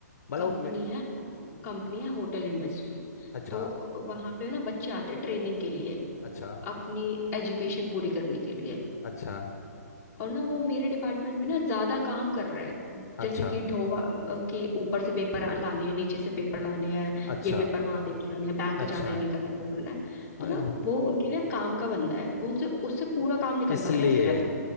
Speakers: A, on the left; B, on the left.
A: मतलब
B: कंपनी
A: वो मे-
B: है कंपनी है होटल इंडस्ट्री
A: अच्छा
B: तो वहां पे ना बच्चे आते हैं ट्रेनिंग के लिए
A: अच्छा
B: अपनी एजुकेशन पूरी करने के लिए
A: अच्छा
B: और ना वो मेरे डिपार्टमेंट में ना ज्यादा काम कर रहा है
A: अच्छा
B: जैसे कि ढोवा अ, के ऊपर से पेपर आ- लाने हैं नीचे से पेपर लाने हैं
A: अच्छा
B: ये पेपर वहां दे के आने हैं बैंक
A: अच्छा
B: जाना है ये करना है वो करना है
A: हाँ,
B: तो ना वो उनके लिए काम का बंदा है वो उनसे उससे पूरा काम निकलवा
A: इसलिए
B: रहे हैं सिर्फ